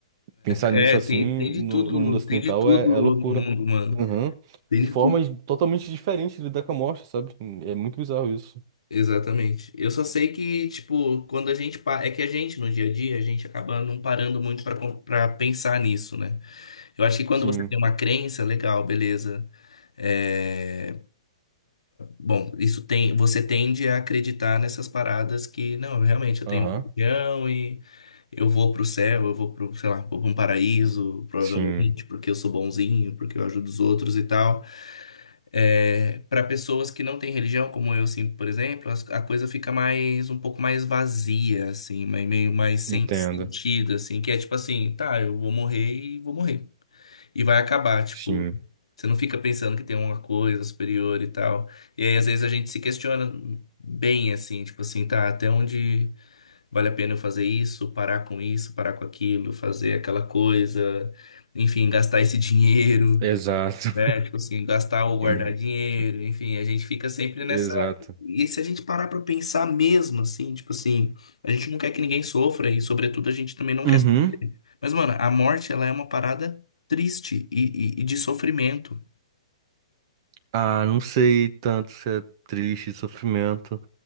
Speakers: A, on the right (about 45°); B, on the left (about 75°).
A: Pensar
B: É,
A: nisso
B: é,
A: assim
B: tem, tem de
A: no,
B: tudo,
A: no
B: no-
A: mundo ocidental
B: tem de tudo
A: é,
B: no
A: é loucura.
B: mundo, mano.
A: Uhum.
B: Tem
A: E
B: de
A: formas
B: tudo.
A: totalmente diferentes de lidar com a morte, sabe? É muito bizarro isso.
B: Exatamente. Eu só sei que, tipo, quando a gente. pa- É que a gente, no dia a dia, a gente acaba não parando muito pra con- pra pensar nisso, né? Eu acho que quando
A: Sim.
B: você tem uma crença, legal, beleza. É, Bom, isso tem, você tende a acreditar nessas paradas que, não, realmente eu
A: Aham.
B: tenho um religião e eu vou pro céu, eu vou pro, sei lá, vou pra um paraíso, provavelmente,
A: Sim.
B: porque eu sou bonzinho, porque eu ajudo os outros e tal. É, para pessoas que não têm religião, como eu, assim, por exemplo, as- a coisa fica mais, um pouco mais vazia, assim, mas meio mais sem
A: Entendo.
B: sentido, assim, que é tipo assim, tá, eu vou morrer e vou morrer. E vai acabar, tipo.
A: Sim.
B: Você não fica pensando que tem uma coisa superior e tal. E aí, às vezes, a gente se questiona bem, assim, tipo assim, tá, até onde vale a pena eu fazer isso, parar com isso, parar com aquilo, fazer aquela coisa, enfim, gastar esse dinheiro,
A: Exato.
B: né? Tipo assim, gastar ou guardar
A: <laughs>
B: dinheiro, enfim, a gente fica sempre nessa.
A: Exato.
B: E se a gente parar pra pensar mesmo, assim, tipo assim, a gente não quer que ninguém sofra e, sobretudo, a gente também não quer.
A: Uhum.
B: Mas, mano, a morte, ela é uma parada triste e, e e de sofrimento.
A: Ah, não sei tanto se é triste, sofrimento.